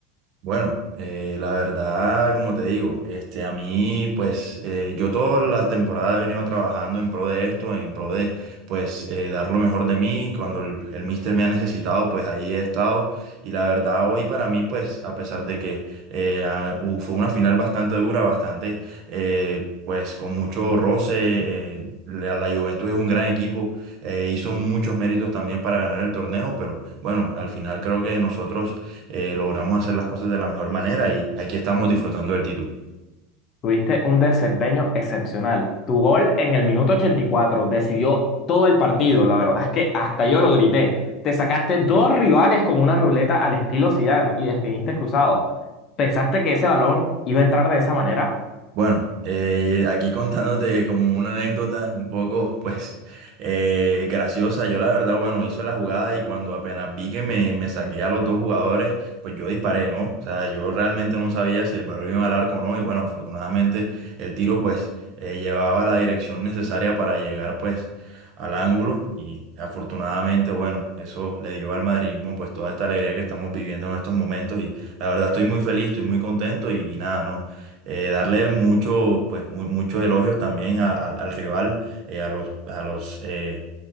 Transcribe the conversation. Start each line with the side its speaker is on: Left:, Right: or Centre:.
Right: Bueno, eh, la verdad, como te digo, este, a mí, pues, eh, yo toda la temporada he venido trabajando en pro de esto, en pro de, pues, eh, dar lo mejor de mí. Cuando el, el mister me ha necesitado, pues, ahí he estado. Y la verdad, hoy para mí, pues, a pesar de que eh, ah, hu- fue una final bastante dura, bastante, eh, pues, con mucho roce, eh, la, la Juventus es un gran equipo, eh, hizo muchos méritos también para ganar el torneo, pero bueno, al final creo que nosotros eh, logramos hacer las cosas de la mejor manera y aquí estamos disfrutando del título.
Left: Tuviste un desempeño excepcional. Tu gol en el minuto 84 decidió todo el partido. La verdad es que hasta yo lo grité. Te sacaste dos rivales con una ruleta al estilo Zidane y definiste cruzado. ¿Pensaste que ese balón iba a entrar de esa manera?
Right: Bueno, eh, aquí contándote como una anécdota un poco, pues, eh, graciosa. Yo la verdad, bueno, hizo la jugada y cuando apenas vi que me, me saqué a los dos jugadores, pues yo disparé, ¿no? O sea, yo realmente no sabía si el balón iba al arco o no. Y bueno, afortunadamente el tiro, pues, eh, llevaba la dirección necesaria para llegar, pues, al ángulo. Y afortunadamente, bueno, eso le dio al madridismo, pues, toda esta alegría que estamos viviendo en estos momentos. Y la verdad estoy muy feliz, estoy muy contento y y nada, ¿no? eh, darle mucho, pues, mu- muchos elogios también a- a- al rival, eh, a los, a los, eh,